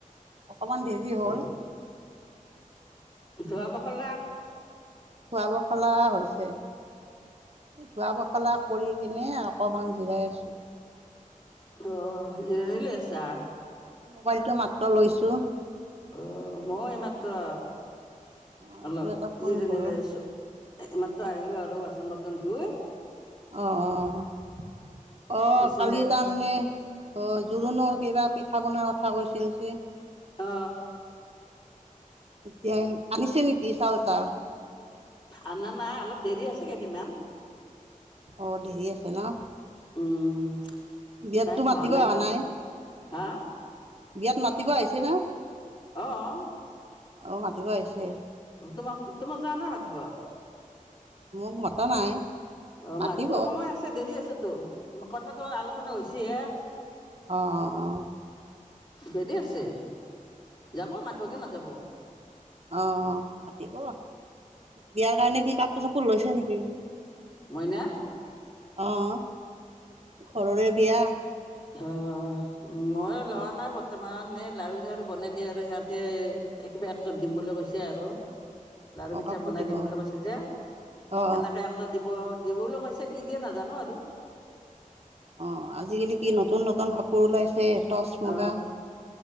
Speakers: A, on the right; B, on the left.
A: অকমান দেৰি হ'ল।
B: অ ধোৱা পখলা।
A: খোৱা পখলা হৈছে। এই ধোৱা পখলা কৰি কিনে অকমান জিৰাই আছো।
B: অ জিৰণি লৈ আছা।
A: এই মোবাইলটো মাত্ৰ লৈছো।
B: অ মই এইমাত্ৰ।
A: তাৰপিছত
B: অলপ
A: এটা ফোন
B: জিৰণি
A: কৰোঁ
B: লৈ আছো এইমাত্ৰ আহিলো আৰু বাচন বতন ধুই
A: অ অ আহ
B: পিছে
A: কালি তাৰমানে অ জোৰোণৰ কিবা পিঠা বনাৰ কথা কৈছিল যে।
B: অ
A: এতিয়া আনিছে নেকি চাৱতাৰ?
B: অনা নাই। অলপ দেৰি আছে কেইদিনমান।
A: অ দেৰি আছে, ন?
B: উম।
A: বিয়াততো
B: টাইম
A: মাতিব
B: হোৱা
A: অহা
B: ন
A: নাই?
B: হা
A: বিয়াত মাতিব আহিছে না?
B: অঁ অ।
A: অ মাতিব আহিছে।
B: তোমাক তোমাক যাৱা নাই মাতিব?
A: মোক মতা নাই।
B: অ
A: মাতিব
B: মাতব'
A: অ
B: সময় আছে দেৰি আছেতো। কথাটো আলোচনা হৈছি হে।
A: অঁ অঁ অঁ।
B: দেৰি আছে। যাব মাতব' কিয় নাযাব।
A: অ মাতিব। বিয়াৰ কাৰণে কি কাপোৰ চাপোৰ লৈছে নেকি?
B: মইনা?
A: অহ, ঘৰৰে বিয়া।
B: অহ, মই লৱা নাই বৰ্তমান। এই লাৰু চাড়ু বনাই দিয়ে আৰু সিহঁতে কিবা একজোট দিম বুলি কৈছি আৰু। লাৰু
A: অ
B: পিঠা
A: কাপোৰ
B: বনাই
A: দিব
B: দিম বুলি কৈছো যে।
A: অ অ
B: সেনেকে আৰু দিব দিবো বুলি কৈছে, কি দিয়ে নাজানো আৰু।
A: অ আজিকালি কি নতুন নতুন কাপোৰ ওলাইছে টচ মুগা।
B: অ